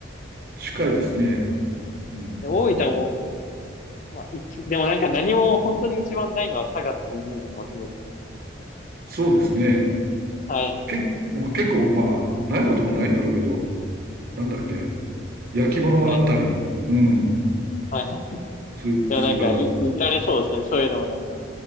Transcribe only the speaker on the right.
近いですね。うん。
そうですね。
け、まあ、結構、まあ、ないこともないんだろうけど、なんだっけ。焼き物があったり、
うん、
する、
するから。